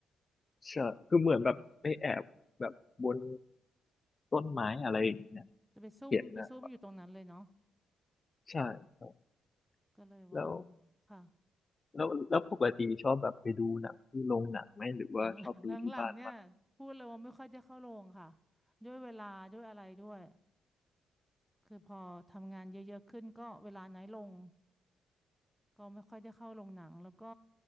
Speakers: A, on the left; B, in the centre.
A: ใช่คือเหมือนแบบไปแอบแบบบนต้นไม้อะไรอย่างเงี้ย
B: จะไปซุ่มไปซุ่มอยู่ตรงนั้นเลยเนาะ
A: เห็นนะใช่ครับ
B: ก็เลยว่าอืมค่ะ
A: แล้วแล้วแล้วปกติชอบแบบไปดูหนังที่โรงหนังไหมหรือว่าชอบดูที่บ้านมาก
B: หลังหลังหลังๆเนี่ยพูดเลยว่าไม่ค่อยจะเข้าโรงค่ะด้วยเวลาด้วยอะไรด้วยคือพอทำงานเยอะๆขึ้นก็เวลาน้อยลงก็ไม่ค่อยได้เข้าโรงหนังแล้วก็